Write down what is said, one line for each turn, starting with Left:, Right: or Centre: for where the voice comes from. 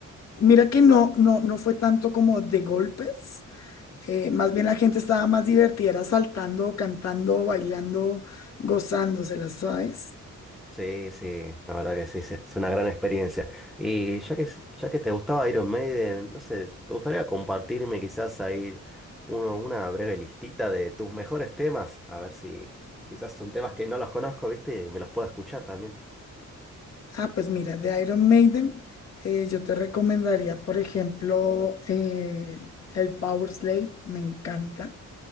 Left: mira que no, no, no fue tanto como de golpes. eh, más bien la gente estaba más divertida, era saltando, cantando, bailando, gozándoselas, ¿sabes?
Centre: Sí, sí, la verdad que sí, sí, es una gran experiencia. Y ya que, ya que te gustaba Iron Maiden, no sé, ¿te gustaría compartirme quizás ahí uno- una breve listita de tus mejores temas? A ver si quizás son temas que no los conozco, ¿viste? Y me los puedo escuchar también.
Left: Ah, pues mira, de Iron Maiden, eh, yo te recomendaría, por ejemplo, eh, el Power Slave, me encanta.